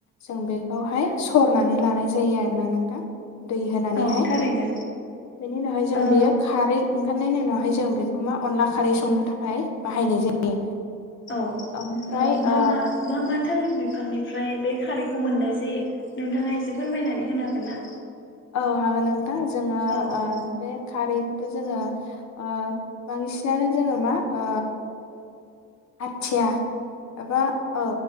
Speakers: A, on the left (about 65°); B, on the left (about 40°).
A: जों बेखौहाय सरनानै लानाय जायो आरोना नोंथां। दै होनानैहाय
B: औ थारैनो
A: बेनि उनावहाय जों
B: ओ
A: बेयो खारै ओं नायनि उनावहाय जों बेखौ मा अनला खारै संनो थाखाय बाहायनाय जायो।
B: औ ओम।
A: ओमफ्राय
B: मा
A: ओ
B: मा मा मा थालिर बिफांनिफ्राय बे खारैखौ मोननाय जायो नोंथाङा एसे फोरमायनानै होनो हागोन ना?
A: औ हागोन ओं। दा जोङो
B: औ
A: अ बे खारै थ' जोङो अ बांसिनानो जोङो मा अ आथिया माबा औ